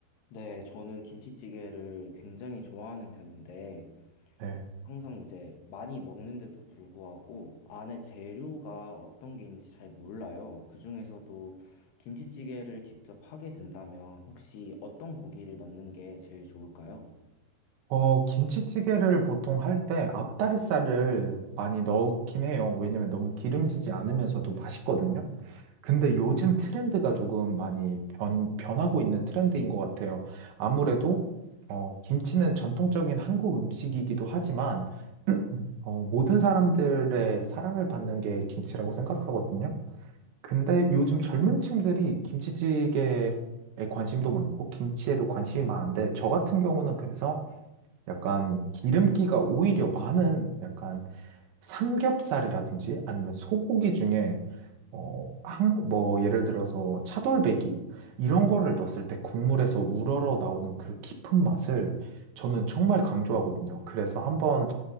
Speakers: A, on the left; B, on the right.
A: 네, 저는 김치찌개를 굉장히 좋아하는 편인데,
B: 네.
A: 항상 이제 많이 먹는데도 불구하고 안에 재료가 어떤 게 있는지 잘 몰라요. 그중에서도 김치찌개를 직접 하게 된다면 혹시 어떤 고기를 넣는 게 제일 좋을까요?
B: 어, 김치찌개를 보통 할 때 앞다리살을 많이 넣긴 해요. 왜냐면 너무 기름지지 않으면서도 맛있거든요. 근데 요즘 트렌드가 조금 많이 변, 변하고 있는 트렌드인 것 같아요. 아무래도 어, 김치는 전통적인 한국 음식이기도 하지만 어, 모든 사람들의 사랑을 받는 게 김치라고 생각하거든요. 근데 요즘 젊은 층들이 김치찌개에 관심도 많고 김치에도 관심이 많은데 저 같은 경우는 그래서 약간 기름기가 오히려 많은 약간 삼겹살이라든지 아니면 소고기 중에 어, 한, 뭐 예를 들어서 차돌배기 이런 거를 넣었을 때 국물에서 우러러 나오는 그 깊은 맛을 저는 정말 강조하거든요. 그래서 한번